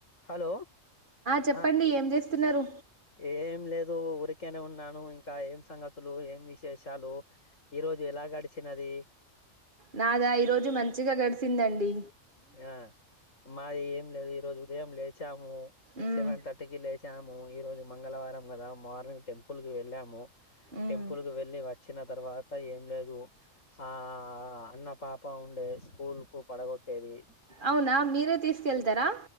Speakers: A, on the left; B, on the right.
A: హలో
B: చెప్పండి
A: ఆ
B: ఏం చేస్తున్నారు
A: ఏం లేదు ఊరికి కనే ఉన్నాను ఇంకా ఏం సంగతులు, ఏం విశేషాలు ఈ రోజు ఎలా గడిచినది.
B: నాదా ఈరోజు మంచిగా గడిచిందండి.
A: యా మాద్ ఏం లేదు ఈ రోజు ఉదయం లేచాము.
B: ఉమ్
A: సెవెన్ థర్టీకి లేచ్ వచ్చాము. ఈరోజు మంగళవారం కదా మార్నింగ్ టెంపుల్కి వెళ్ళాము.
B: ఉమ్
A: టెంపుల్కి వెళ్ళి వచ్చిన తర్వాత ఏం లేదు. ఆ అన్న పాప ఉండే స్కూల్ కు పడగొ ట్టేది
B: అవునా మీరే తీసుకెళ్తారా